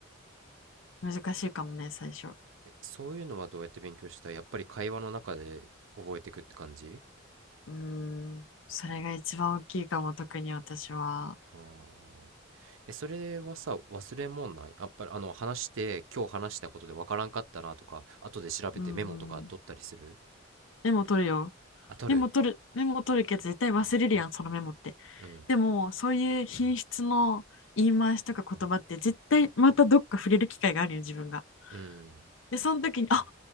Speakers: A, on the left; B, on the right.
A: 難しいかもね、最初。
B: えそういうのはどうやって勉強したやっぱり会話の中で覚えていくって感じ
A: うーん、それが一番大きいかも、特に私は。
B: あーえ、それはさ、忘れもんない。やっぱり、あの、話して、今日話したことでわからんかったなとか、後で調べてメモとか取ったりする
A: うんうん。メモ取るよ。
B: あ、取る
A: メモ取る、メモ取るけど絶対忘れるやん、そのメモって。
B: うん。
A: でも、そういう品質の言い回しとか言葉って絶対またどっか触れる機会があるよ、自分が。
B: うん。
A: で、その時に、あっ